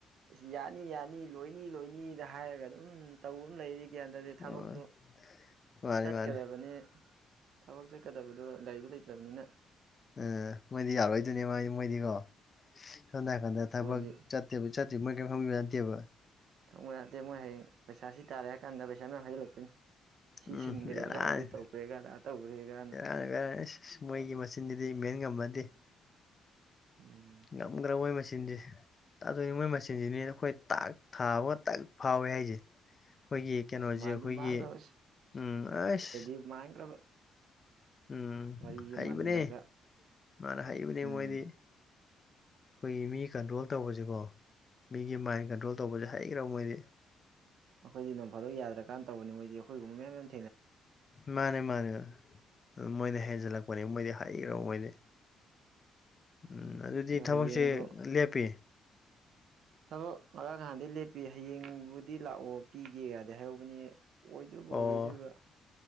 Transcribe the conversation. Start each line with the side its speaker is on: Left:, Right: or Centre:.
Right: ꯑꯁ ꯌꯥꯅꯤ ꯌꯥꯅꯤ ꯂꯣꯏꯅꯤ ꯂꯣꯏꯅꯤꯗ ꯍꯥꯏꯔꯒ ꯑꯗꯨꯝ ꯇꯧꯕ ꯑꯃ ꯂꯩꯔꯤ ꯒ꯭ꯌꯥꯟ ꯇꯥꯗꯦ
Left: ꯑꯣ
Right: ꯊꯕꯛꯇꯣ
Left: ꯃꯥꯅꯤ
Right: ꯆꯠꯀꯗꯕꯅꯤ
Left: ꯃꯥꯅꯤ
Right: ꯊꯕꯛ ꯆꯠꯀꯗꯕꯗꯣ ꯒꯥꯔꯤꯗꯣ ꯂꯩꯇ꯭ꯔꯕꯅꯤꯅ
Left: ꯎꯝ ꯃꯣꯏꯗꯤ ꯌꯥꯔꯣꯏꯗꯣꯏꯅꯦ ꯃꯥ ꯃꯣꯏꯗꯤꯀꯣ ꯁꯣꯝꯗ ꯍꯥꯏꯅꯥꯀꯟꯗ ꯊꯕꯛ
Right: ꯃꯣꯏꯗꯤ
Left: ꯆꯠ ꯇꯕꯨ ꯆꯠꯤ ꯃꯣꯏ ꯀꯩꯝ ꯈꯪꯕꯤꯕ ꯅꯠꯇꯦꯕ
Right: ꯈꯪꯕ ꯖꯥꯠꯅꯠꯇꯦ ꯃꯣꯏ ꯍꯌꯦꯡ ꯄꯩꯁꯥ ꯁꯤ ꯇꯥꯔꯦ ꯍꯥꯏ ꯀꯥꯟꯗ ꯄꯩꯁꯥ ꯃꯌꯥꯝ ꯍꯩꯖꯤꯜꯂꯛꯇꯅꯤ ꯁꯤ
Left: ꯎꯝ
Right: ꯁꯤꯟꯈ꯭ꯔꯦꯒ
Left: ꯕꯦꯔꯥꯅꯤ
Right: ꯑꯗꯨ ꯇꯧꯈ꯭ꯔꯦꯒ ꯑꯗꯥ ꯇꯧꯈ꯭ꯔꯦꯒꯅ
Left: <unintelligible> ꯑꯁ ꯃꯣꯏꯒꯤ ꯃꯆꯤꯟꯁꯤꯗꯤ ꯃꯦꯟ ꯉꯝꯕꯟꯇꯦ
Right: ꯎꯝ
Left: ꯉꯝꯒ꯭ꯔ ꯃꯣꯏ ꯃꯆꯤꯟꯁꯤ꯫ ꯇꯥꯗꯣꯏꯅꯤ ꯃꯣꯏ ꯃꯁꯦꯟꯁꯤꯅꯦꯅ ꯑꯩꯈꯣꯏ ꯇꯥꯛ ꯊꯥꯕ ꯇꯛ ꯐꯥꯎꯋꯦ ꯍꯥꯏꯁꯦ꯫ ꯑꯩꯈꯣꯏꯒꯤ ꯀꯩꯅꯣꯁꯦ
Right: ꯃꯥꯟꯗꯤ
Left: ꯑꯩꯈꯣꯏꯒꯤ
Right: ꯃꯥꯡꯈ꯭ꯔꯕ
Left: ꯎꯝ ꯑꯩꯁ
Right: <unintelligible>
Left: ꯎꯝ
Right: ꯋꯥꯔꯤꯁꯦ
Left: ꯍꯩꯕꯅꯦ
Right: ꯃꯜꯂꯒ
Left: ꯃꯥꯅ ꯍꯩꯕꯅꯦ
Right: ꯎꯝ
Left: ꯃꯣꯏꯗꯤ ꯑꯩꯈꯣꯏꯒꯤ ꯃꯤ ꯀꯟꯇ꯭ꯔꯣꯜ ꯇꯧꯕꯁꯤꯀꯣ ꯃꯤꯒꯤ ꯃꯥꯏꯟ ꯀꯟꯇ꯭ꯔꯣꯜ ꯇꯧꯕꯁꯦ ꯍꯩꯈ꯭ꯔꯕ ꯃꯣꯏꯗꯤ꯫
Right: ꯑꯩꯈꯣꯏꯗꯤ ꯅꯣꯡꯐꯥꯗꯣꯛ ꯌꯥꯗ꯭ꯔꯀꯥꯟ ꯇꯧꯕꯅꯤ ꯃꯣꯏꯗꯤ ꯑꯩꯈꯣꯏꯒꯨꯝ ꯃꯌꯥꯝꯌꯥꯝ
Left: ꯃꯥꯅꯦ ꯃꯥꯅꯦ ꯃꯣꯏꯅ ꯍꯦꯖ ꯂ ꯄꯣꯅꯦ ꯃꯣꯏꯗꯤ ꯍꯩꯒ꯭ꯔ ꯃꯣꯏꯗꯤ ꯎꯝ ꯑꯗꯨꯗꯤ
Right: ꯑꯗꯣ
Left: ꯊꯕꯛꯁꯦ
Right: ꯍꯌꯦꯡꯗꯣ
Left: ꯂꯦꯞꯄꯤ꯫
Right: ꯊꯕꯛ ꯉꯔꯥꯡ ꯅꯍꯥꯟꯗꯩ ꯂꯦꯞꯄꯤ ꯍꯌꯦꯡꯕꯨꯗꯤ ꯂꯥꯛꯑꯣ ꯄꯤꯒꯦꯒꯥꯗꯤ ꯍꯥꯏꯍꯧꯕꯅꯤ ꯑꯣꯏꯗꯣꯏꯕ
Left: ꯑꯣ
Right: ꯑꯣꯏꯔꯣꯏꯗꯔꯤꯕ